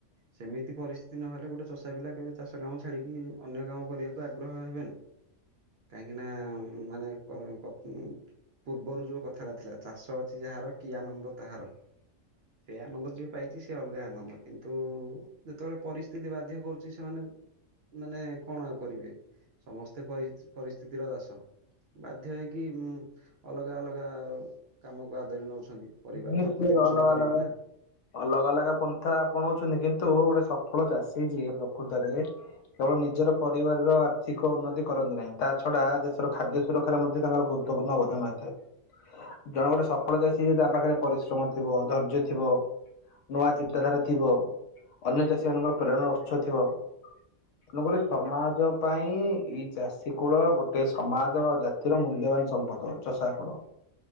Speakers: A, on the right; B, on the left.
A: ସେମିତି ପରିସ୍ଥିତି ନହେଲେ ଗୋଟେ ଚଷା ପିଲା କେବେ ଚାଷ କାମ ଛାଡିକି ଅନ୍ୟ କାମ କରିବାକୁ ଆଗ୍ରହ ହେବେନି। କାହିଁକି ନା ମାନେ କ କତ ପୂର୍ବରୁ ଯୋଉ କ ଥାରା ଥିଲା ଚାଷ ଅଛି ଯାହାର କି ଆନନ୍ଦ ତାହାର। ସେ ଆନନ୍ଦ ଯିଏ ପାଇଛି ସେ ଅଲଗା ଆନନ୍ଦ, କିନ୍ତୁ ଯେତେବେଳେ ପରିସ୍ଥିତି ବାଧ୍ୟ କରୁଛି ସେମାନେ ମାନେ କଣ ଆଉ କରିବେ, ସମସ୍ତେ ପରିସ୍ଥିତିର ଦାସ। ବାଧ୍ୟ ହେଇକି ଅଲଗା ଅଲଗା କାମକୁ ଆଦରି ନଉଛନ୍ତି। ପରିବାର
B: ମୁ
A: ତ
B: ସେ
A: ପ୍ରତିପୋଷଣ
B: ଅଲଗା
A: କରିବେ
B: ଅଲଗା
A: ନା।
B: ଅଲଗା ଅଲଗା ପନ୍ଥା ଆପଣଉଛନ୍ତି, କିନ୍ତୁ ଗୋଟେ ସଫଳ ଚାଷୀ ଯିଏ ପ୍ରକୃତରେ କେବଳ ନିଜର ପରିବାରର ଆର୍ଥିକ ଉନ୍ନତି କରନ୍ତି ନାହିଁ, ତା ଛଡା ଦେଶର ଖାଦ୍ୟ ସୁରକ୍ଷାାରେ ମଧ୍ୟ ତାଙ୍କର ଗୁରୁ ଣ୍ଣ ଅବଦାନ ହୋଇଥାଏ। ଜଣେ ଗୋଟେ ସଫଳ ଚାଷୀ ଯଦି ପାଖରେ ପରିଶ୍ରମ ଥିବ। ଧୈର୍ଯ୍ୟ ଥିବ। ନୂଆ ଚିନ୍ତାଧାରା ଥିବ। ଅନ୍ୟ ଚାଷୀ ମାନଙ୍କର ପ୍ରେରଣାର ଉତ୍ସ ଥିବ। ତେଣୁକରି ସମାଜ ପାଇଁ ଇ ଚାଷୀ କୂଳ ଗୋଟେ ସମାଜ ଜା ଥିର ମୂଲ୍ୟବାନ ସମ୍ପଦ ଚଷା କୁଳ।